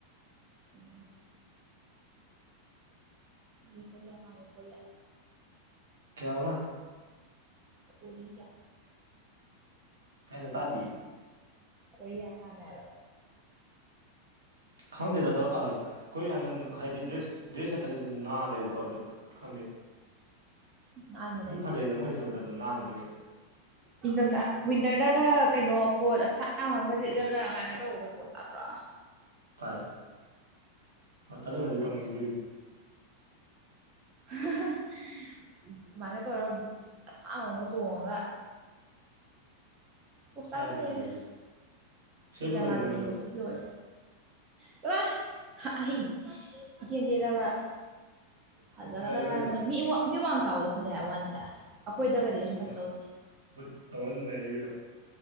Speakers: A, on the right (about 30°); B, on the right (about 65°).
A: ꯎꯝ ꯑꯗꯤ ꯀ‌ꯣꯔꯤꯌꯥ ꯄꯥꯝꯃꯦ ꯀ‌ꯣꯔꯤꯌꯥ
B: ꯀꯌꯥꯕ
A: ꯀ‌ꯣꯔꯤꯌꯥ
B: ꯀꯩꯅ‌ꯣ ꯇꯥꯗꯤꯏ
A: ꯀ‌ꯣꯔꯤꯌꯥ ꯄꯝꯃ‌ꯦ ꯍꯥꯏꯕ
B: ꯈꯪꯗꯦꯗ ꯑꯗ‌ꯣ ꯑꯥꯏ ꯈ‌ꯣꯏ ꯍꯥꯟꯅ ꯑ ꯍꯥꯏꯗꯤ ꯗ꯭ꯔꯦꯁ ꯗ꯭ꯔꯦꯁ ꯁ‌ꯦꯠꯄꯗꯤ ꯑꯗꯨꯝ ꯅꯥꯜꯂꯦꯕꯀꯣ ꯑꯗꯨ ꯈꯪꯗꯦ
A: ꯅꯥꯟꯕꯅꯦ
B: ꯑꯗꯨꯝ ꯐꯖꯩꯗ ꯃꯣꯏꯅ ꯁꯦꯠꯄꯗ ꯑꯗꯨꯝ ꯅꯥꯟꯅꯗꯤ ꯎꯏ
A: ꯏꯪꯊꯝꯗ ꯋꯤꯟꯇꯔꯗꯒ ꯀꯩꯅꯣ ꯀꯣꯠ ꯑꯁꯥꯡ ꯕ ꯑꯝꯒ ꯂꯤꯠꯂꯒ ꯑꯗꯨꯃꯥꯏꯅ ꯇꯧꯕꯗꯣ ꯄꯣꯁ ꯇꯥꯗ꯭ꯔꯣ
B: ꯇꯥꯏ ꯑꯗꯨꯃꯗꯤ ꯇꯧꯅꯤꯡꯗ꯭ꯔꯤ
A: <unintelligible> ꯑꯃꯥꯏꯅ ꯇꯧꯔꯒ ꯕꯨꯠꯁ ꯑꯁꯥꯡꯕ ꯑꯝꯒ ꯇꯣꯡꯉꯒ ꯑꯣꯝꯆꯥꯛ
B: ꯍꯣꯏ ꯑꯗꯨꯝ
A: ꯂꯩꯗ
B: ꯐꯖꯩ ꯁꯦꯠꯂꯨ
A: ꯀꯦꯗ꯭ꯔꯃꯥꯒ
B: ꯀꯩꯅꯣ ꯅꯪꯁꯨ
A: ꯌꯦꯡꯕꯁꯤꯗꯤ ꯂꯣꯏꯔꯦ ꯆꯠꯂ‌ꯣꯍ ꯑꯩ ꯏꯇ‌ꯦꯟ ꯇ‌ꯦꯜꯂꯒ ꯐꯖꯒꯗꯕ
B: ꯅꯩꯌꯨ
A: ꯍꯥꯏꯕ
B: ꯀꯩꯅꯣ
A: ꯑꯝ ꯂꯩ ꯃꯤ ꯃꯤ ꯋꯥꯡ ꯆꯥꯎꯕꯗꯣ ꯐꯖꯩ ꯍꯥꯏ ꯋꯥꯅꯤꯗ ꯑꯩꯈꯣꯏꯗꯒꯗꯤ
B: ꯕꯨꯠꯀ
A: ꯀꯩꯁꯨꯝ
B: ꯇꯣꯡꯉ
A: ꯐꯖꯇꯧ ꯇ‌ꯦ
B: ꯕꯨꯠꯀ ꯇꯣꯡꯉ ꯅꯩꯌꯨ ꯀꯩꯅꯣ